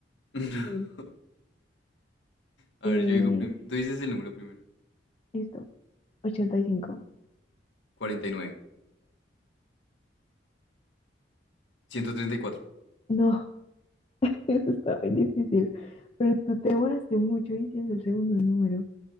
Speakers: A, on the left (about 75°); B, on the left (about 35°).
A: <laughs>
B: Ok.
A: A
B: Eh,
A: ver, yo digo primero. Tú dices el número primero.
B: esto. ochenta y cinco
A: cuarenta y nueve ciento treinta y cuatro
B: No. <laughs> Eso está bien difícil. Pero tú te demoraste mucho diciendo el segundo número.